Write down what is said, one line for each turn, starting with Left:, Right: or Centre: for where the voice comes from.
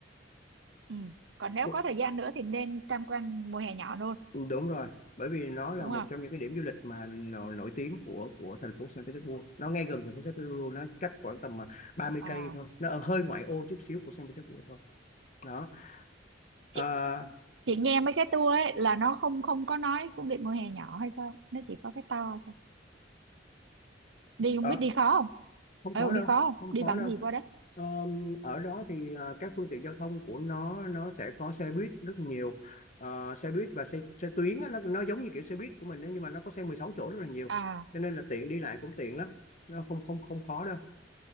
Right: ừ còn nếu
Left: Cu-
Right: có thời gian nữa thì nên tham quan mùa hè nhỏ luôn
Left: đúng rồi bởi vì nó là
Right: đúng
Left: một
Right: không
Left: trong những cái điểm du lịch mà nổi, nổi tiếng của của thành phố Saint Petersburg nó ngay gần thành phố Saint Petersburg nó cách khoảng tầm à, 30
Right: à
Left: cây thôi nó ở hơi ngoại ô chút xíu của Saint Petersburg thôi đó
Right: chị
Left: à,
Right: chị nghe mấy cái tour ấy là nó không không có nói cung điện mùa hè nhỏ hay sao nó chỉ có cái to thôi đi không
Left: đó
Right: biết đi khó không
Left: không khó
Right: ừ, đi
Left: đâu
Right: khó không
Left: không
Right: đi
Left: khó
Right: bằng
Left: đâu
Right: gì qua đó
Left: Ờ, ở đó thì ờ, các phương tiện giao thông của nó nó sẽ có xe buýt rất nhiều Ờ, xe buýt và xe xe tuyến á, nó nó giống như kiểu xe buýt của mình đấy, nhưng mà nó có xe 16 chỗ rất là nhiều
Right: à
Left: cho nên là tiện đi lại cũng tiện lắm nó không không không khó đâu